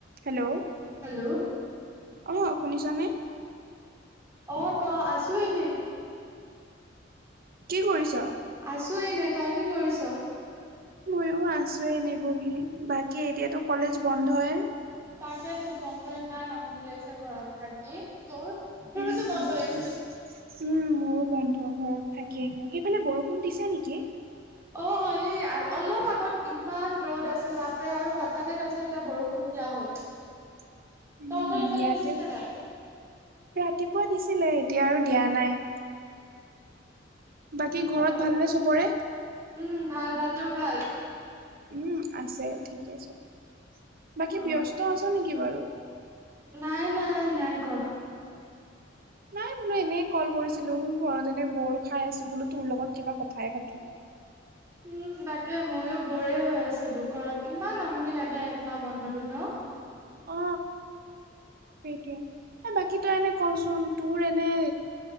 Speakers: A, on the right; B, on the right.
A: Hello
B: hello
A: অ শুনিছানে?
B: অ' ক আছো এনে।
A: কি কৰিছ?
B: আছো এনে তই কি কৰিছ?
A: মইও আছো এনে বহি বাকী এতিয়াতো কলেজ বন্ধই।
B: তাকেইতো বন্ধ ইমান আমনি লাগিছে ঘৰত থাকি তোৰ? তোৰওতো
A: উম
B: বন্ধ হৈ
A: উম মোৰো বন্ধ ঘৰত থাকিয়ে একে, সেইফালে বৰষুণ দিছে নেকি?
B: অ এই আ অলপ আগত ইমান ৰ'দ আছিল বাপৰে আৰু হঠাতে তাৰপিছত এতিয়া বৰষুণ দিয়া হ'ল।
A: <unintelligible>
B: তহঁতৰ এইফালে
A: ইয়াতে
B: দিছে নে নাই?
A: ৰাতিপুৱা দিছিলে এতিয়া আৰু দিয়া নাই। বাকী ঘৰত
B: অ
A: ভাল নে চবৰে?
B: উম ভাল ভাল তোৰ ভাল?
A: উম, আছে ঠিকেই চবে। বাকী
B: অ
A: ব্যস্ত আছ নেকি বাৰু?
B: নাই নাই নাই ক।
A: নাই বোলো এনেই কল কৰিছিলো ঘৰত এনে ব'ৰ খাই আছো বোলো তোৰ লগত কিবা কথাই পাতো।
B: উম তাকে ময়ো বৰে হৈ আছিলো ঘৰত। ইমান আমনি লাগে একমাহ বন্ধটোত ন?
A: অ সেইটোৱে এ বাকী তই এনে কচোন তোৰ এনে